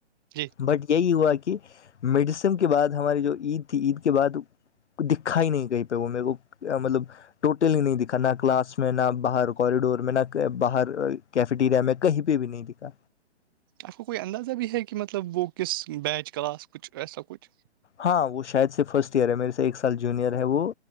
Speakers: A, on the right; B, on the left.
A: جی
B: بٹ یہی ہوا کہ میڈیسم کے بعد ہماری جو عید تھی عید کے بعد دکھا ہی نہیں کہیں پہ وہ میرے کو مطلب ٹوٹلی نہیں دکھا نہ کلاس میں میں نہ باہر کوریڈور میں نہ باہر کیفٹیریا میں کہیں پہ بھی نہیں دکھا
A: آپ کو کوئی اندازہ بھی ہے کہ مطلب وہ کس بیچ کلاس کچھ ایسا کچھ
B: ہاں وہ شاید سے فرسٹ ایئر ہے میرے سے ایک سال جونیئر ہے وہ